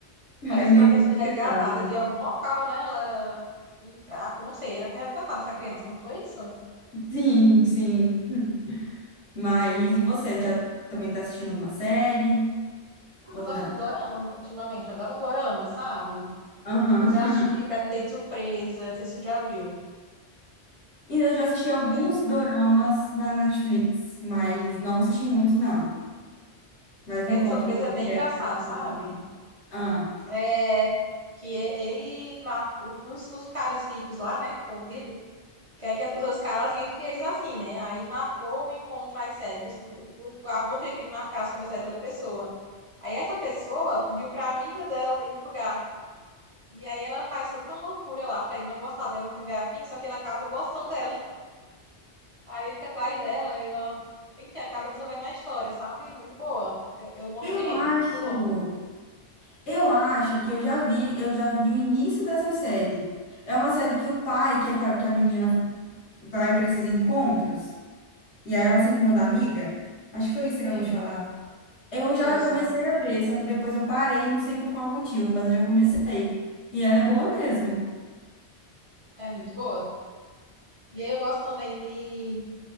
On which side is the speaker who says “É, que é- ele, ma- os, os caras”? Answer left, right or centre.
Right